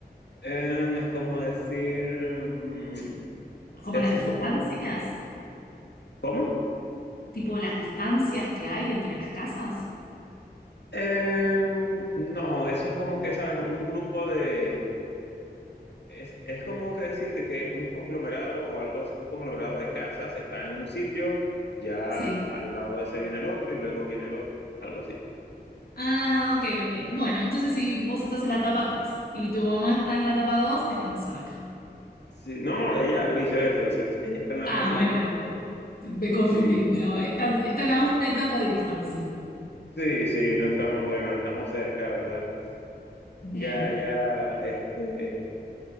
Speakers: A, on the left; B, on the left.
A: Em, es como decir, em,
B: ¿Como
A: ese
B: las distancias?
A: es como, ¿cómo?
B: ¿Tipo las distancias que hay entre las casas?
A: Em, no, eso es como que, ¿sabes? Un grupo de, es, es como que decirte que un conglomerado o algo así, un conglomerado de casas está en un sitio, ya
B: Sí.
A: al lado de ese viene el otro y luego viene el otro, algo así.
B: Ah, ok, ok. Bueno, entonces si vos estás en la etapa 3 y tu mamá está en la etapa 2, están cerca.
A: Sí, no, no, ella, viceversa, viceversa. Ella está en la
B: Ah,
A: 3
B: bueno,
A: y yo estoy
B: bueno.
A: en la dos
B: Me confundí,
A: Sí.
B: pero están, están a una etapa de distancia.
A: Sí, sí, no estamos, bueno, estamos cerca, la verdad.
B: Bien.
A: Ya, ya, este,